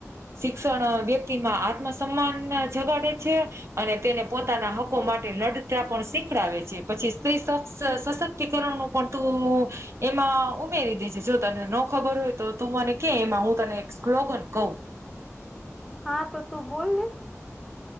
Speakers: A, on the right; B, in the centre.
A: શિક્ષણ વ્યક્તિ માં આત્મ સન્માન જગાડે છે અને તેને પોતાના હકો માટે લડતા પણ શીખડાવે છે પછી સ્ત્રી સશક્તિકરણનું પણ તું એમાં ઉમેરી દે છે જો તને ન ખબર હોય તો તું મને કે એમાં હું તને સ્લોગન કઉ.
B: હા તો તું બોલને.